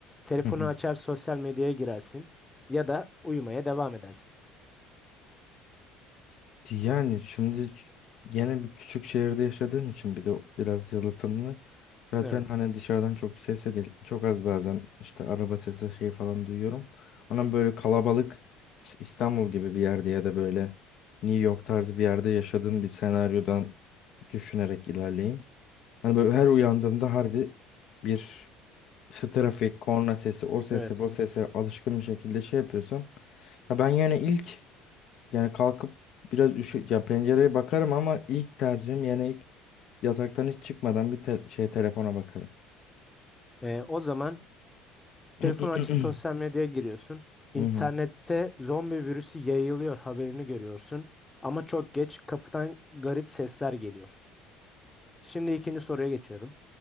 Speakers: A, on the left; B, on the left.
A: Telefonu
B: Hı hı.
A: açar, sosyal medyaya girersin. Ya da uyumaya devam edersin.
B: Yani şimdi gene bir küçük şehirde yaşadığım için bir de biraz yalıtımlı. Zaten
A: Evet.
B: hani dışarıdan çok ses de değil. Çok az bazen işte araba sesi şey falan duyuyorum. Ama böyle kalabalık işte İstanbul gibi bir yerde ya da böyle New York tarzı bir yerde yaşadığım bir senaryodan düşünerek ilerleyeyim. Hani böyle her uyandığımda harbi bir işte trafik, korna sesi, o sese,
A: Evet.
B: bu sese alışkın bir şekilde şey yapıyorsam. Ya ben yani ilk yani kalkıp biraz üşü ya pencereye bakarım ama ilk tercihim yani ilk yataktan hiç çıkmadan bir te- şey telefona bakarım.
A: Ee, o zaman
B: <clears throat>
A: telefonu
B: Hı
A: açıp sosyal medyaya giriyorsun. İnternette
B: hı,
A: zombi virüsü yayılıyor haberini görüyorsun. Ama çok geç kapıdan garip sesler geliyor. Şimdi ikinci soruya geçiyorum.